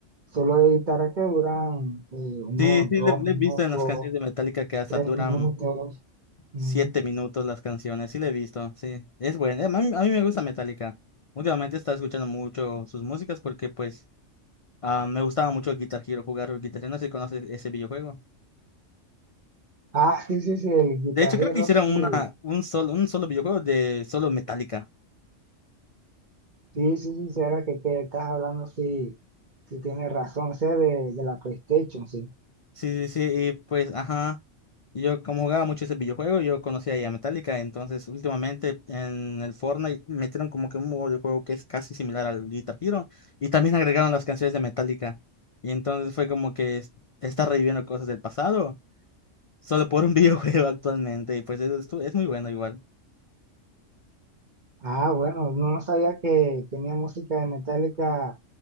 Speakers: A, on the right; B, on the left.
A: solos de guitarra que duran eh, unos
B: Sí, sí,
A: dos
B: le, le
A: minutos,
B: he visto en las canciones de Metallica que hasta
A: tres
B: duran
A: minutos. ¿no?
B: siete minutos las canciones. Sí, le he visto. Sí, es bueno. A mí, a mí me gusta Metallica. Últimamente estaba escuchando mucho sus músicas porque, pues, ah, me gustaba mucho Guitar Hero, jugar Guitar Hero. No sé si conoces ese videojuego.
A: Ah, sí, sí, sí, el guitarrero
B: De hecho, creo que hicieron
A: sí,
B: una, un solo, un solo videojuego de solo Metallica.
A: sí, sí, sí, sí, ahora que te estás hablando, sí, sí tienes razón, ese de, de la PlayStation, sí.
B: Sí, sí, sí, y pues, ajá, yo como jugaba mucho ese videojuego, yo conocía ya Metallica, entonces últimamente en el Fortnite metieron como que un modo de juego que es casi similar al Guitar Hero, y también agregaron las canciones de Metallica, y entonces fue como que es- está reviviendo cosas del pasado, solo por un <laughs> videojuego actualmente, y pues eso estu- es, muy bueno igual.
A: Ah, bueno, no, no sabía que tenía música de Metallica